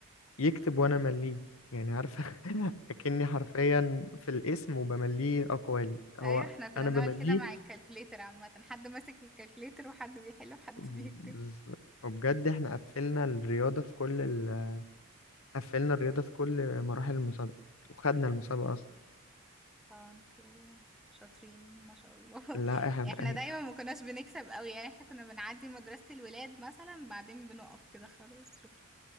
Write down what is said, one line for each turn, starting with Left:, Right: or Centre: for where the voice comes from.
Left: يكتب وانا مليه يعني عارفه <laughs> اكني حرفيا في الاسم وبمليه اقوالي هو
Centre: ايوه احنا كنا
Left: انا
Centre: بنعمل
Left: بمليه
Centre: كده مع الكالكوليتر عامة حد ماسك الكالكوليتر وحد بيحل وحد
Left: بز-
Centre: بيكتب
Left: وبجد احنا قفلنا الرياضه في كل ال... قفلنا الرياضه في كل مراحل المسابقه وخدنا المسابقه اصلا
Centre: اه انتوا شاطرين ما شاء الله <laughs>
Left: لا احنا
Centre: يعني احنا
Left: إيه-
Centre: دايما ما كناش بنكسب قوي يعني احنا كنا بنعدي مدرسة الولاد مثلا بعدين بنقف كده خلاص شكرا